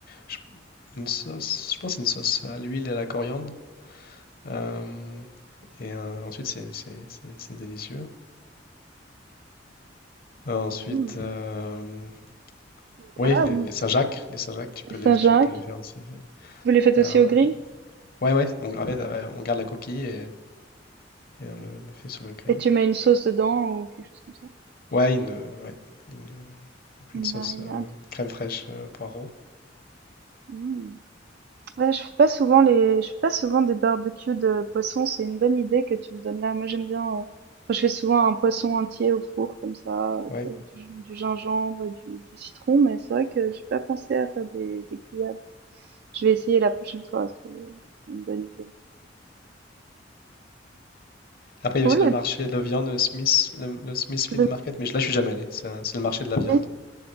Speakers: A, on the left; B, on the right.
A: j une sauce, je pense une sauce à l'huile et à la coriandre Euh, et euh, ensuite, c'est c'est- c'est- c'est délicieux. Euh, ensuite,
B: Hmm.
A: euh, oui,
B: Miam.
A: les, les Saint-Jacques, les Saint-Jacques, tu peux
B: Les
A: les,
B: Saint-Jacques.
A: tu peux les faire aussi.
B: Vous les faites aussi
A: Euh,
B: au grill?
A: ouais, ouais, on, en fait, euh, on garde la coquille et, et on le, le fait sur le grill.
B: Et tu mets une sauce dedans ou quelque chose comme ça?
A: Ouais, une, euh, ouais, une, euh, on fait
B: Une
A: une sauce
B: marinade.
A: euh, crème fraîche, euh, poireau.
B: Hmm. Ouais, je fais pas souvent les, je fais pas souvent des barbecues de poisson. C'est une bonne idée que tu me donnes là. Moi, j'aime bien. euh, Enfin, je fais souvent un poisson entier au four comme ça, avec
A: Ouais.
B: euh, du, du gingembre et du, du citron. Mais c'est vrai que j'ai pas pensé à faire des, des grillades. Je vais essayer la prochaine fois. C'est c'est une bonne idée.
A: Après, il y
B: Cool.
A: a aussi le marché de la viande, le Smith, le, le Smithfield
B: Et le-
A: Market, mais je- là, je suis jamais allé. C'est un- c'est le marché de la viande.
B: mais-